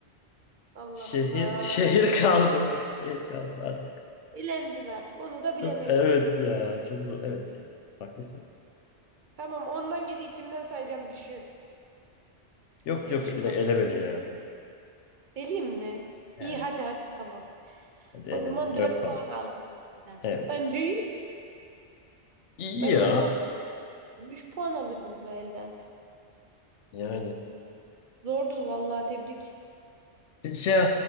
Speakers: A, on the right; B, on the left.
A: Allah
B: Şehir,
A: Allah.
B: şehir kaldı. <laughs> Şehir kaldı artık.
A: Elendin artık. Onu da bilemeyi
B: Çok evet
A: ver.
B: ya. Çok zor. Evet ya. Haklısın.
A: Tamam ondan geri içimden sayacağım düşün.
B: Yok
A: Hadi
B: yok
A: düşün
B: direkt
A: bak.
B: ele beni ya.
A: Eleyim mi?
B: He,
A: İyi hadi hadi tamam.
B: hadi elendim.
A: O zaman
B: 4
A: 4
B: puan.
A: puan aldım bu elden.
B: Evet.
A: Bence iyi.
B: İyi
A: Ben
B: ya.
A: urgan dedim. üç puan alırdım bu elden.
B: Yani.
A: Zordu vallahi tebrik.
B: Şey,